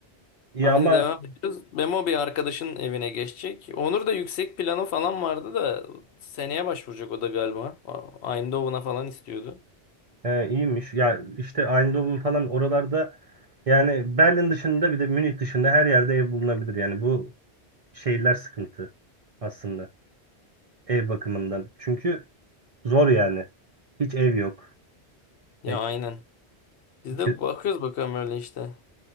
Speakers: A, on the right; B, on the left.
A: İyi
B: Aynı
A: ama
B: devam ediyoruz. Memo bir arkadaşın evine geçecek. Onur da yüksek planı falan vardı da seneye başvuracak o da galiba. A- Aynı Doğu'na falan istiyordu.
A: He, iyiymiş. Ya işte Eindhoven falan oralarda yani Berlin dışında bir de Münih dışında her yerde ev bulunabilir. Yani bu şehirler sıkıntı aslında ev bakımından. Çünkü zor yani. Hiç ev yok.
B: Ya
A: Ya,
B: aynen. Biz
A: ki-
B: de bakıyoruz bakalım öyle işte.